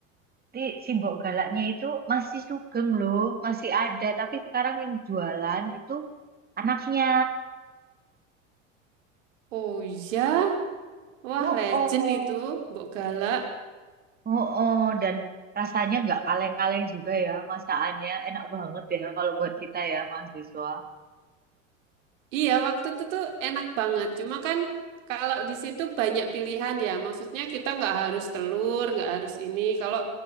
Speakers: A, on the right (about 25°); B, on the right (about 70°).
A: Tapi si Mbok Galaknya itu masih sugeng loh, masih ada. Tapi sekarang yang jualan itu anaknya.
B: Oh iya. Wah,
A: Oh,
B: legend
A: oh,
B: itu Mbok Galak.
A: oh, oh. Dan rasanya nggak kaleng-kaleng juga ya, masakannya enak banget ya kalau buat kita ya mahasiswa.
B: Iya, waktu itu tuh enak banget. Cuma kan kalau di situ banyak pilihan ya. Maksudnya kita nggak harus telur, nggak harus ini. Kalau